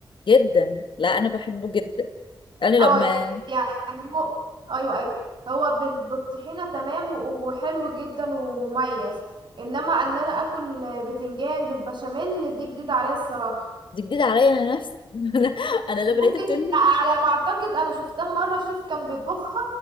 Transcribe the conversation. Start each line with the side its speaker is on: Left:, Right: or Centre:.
Left: جدا لا انا بحبه جدا انا لما
Right: اه يعني هو آه، ايوه ايوه هو بال- بالطحينه تمام و- وحلو جدا ومميز انما ان انا اكل بتنجان بالبشاميل دي جديده عليا الصراحه
Left: دي جديده عليا انا نفسي <laughs> انا انا لما
Right: ممكن
Left: لقيتها بتقول لي
Right: لا على ما اعتقد انا شفتها مره شيف كان بيطبخها